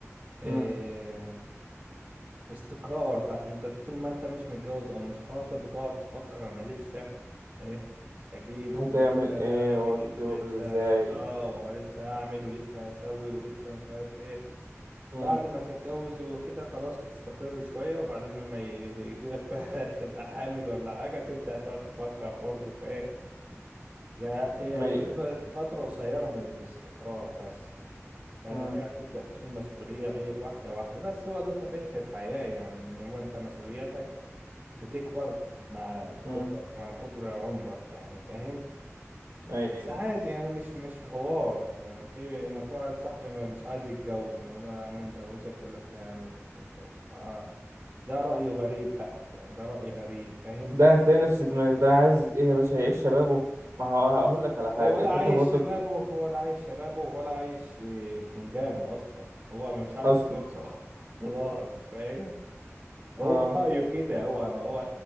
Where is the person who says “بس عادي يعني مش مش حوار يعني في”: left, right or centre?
Right